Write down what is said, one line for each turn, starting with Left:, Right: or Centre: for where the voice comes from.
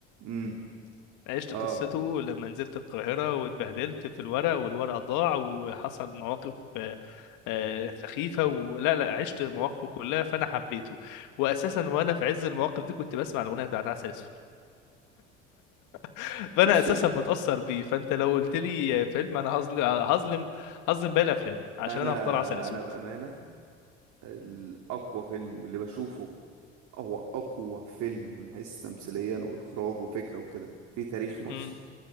Right: امم
Left: عشت
Right: اه
Left: قصته لما نزلت القاهرة واتبهدلت في الورق والورق ضاع وحصل مواقف آه، آه، سخيفة ولا لا عشت مواقفه كلها فأنا حبيته وأساسا وأنا في عز المواقف دي كنت بسمع الأغنية بتاعت عسل أسود <laughs> فأنا
Right: <laughs>
Left: أساسا متأثر بيه فأنت لو قلت لي فيلم أنا هظلم هظلم هظلم باقي الأفلام عشان
Right: انا
Left: أنا هختار عسل أسود
Right: انا بامانه الاقوى فيلم واللي بشوفه هو اقوى فيلم من حيث تمثيليا واخراج وفكره وكده في تاريخ مصر
Left: امم